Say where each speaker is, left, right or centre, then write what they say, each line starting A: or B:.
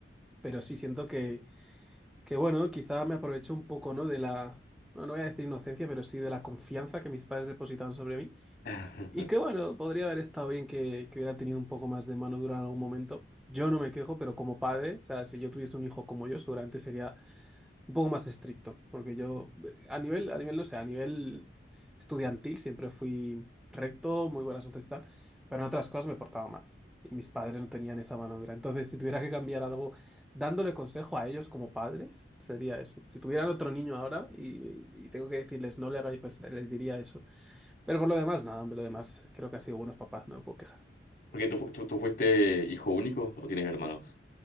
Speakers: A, in the centre; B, on the left (about 55°).
A: pero sí siento que, que, bueno, quizá me aprovecho un poco, ¿no? De la, no, no voy a decir inocencia, pero sí de la confianza que mis padres depositaban sobre mí.
B: <laughs>
A: Y que, bueno, podría haber estado bien que, que hubiera tenido un poco más de mano dura en algún momento. Yo no me quejo, pero como padre, o sea, si yo tuviese un hijo como yo, seguramente sería un poco más estricto, porque yo eh, a nivel, a nivel, no sé, a nivel estudiantil siempre fui recto, muy buenas notas y tal, pero en otras cosas me portaba mal. Y mis padres no tenían esa mano dura. Entonces, si tuviera que cambiar algo, dándole consejo a ellos como padres, sería eso. Si tuvieran otro niño ahora y, y tengo que decirles no le hagáis, pues les diría eso. Pero por lo demás, nada, hombre, lo demás creo que han sido buenos papás, no me puedo quejar.
B: Porque tú, fu- tú, tú fuiste hijo único o tienes hermanos.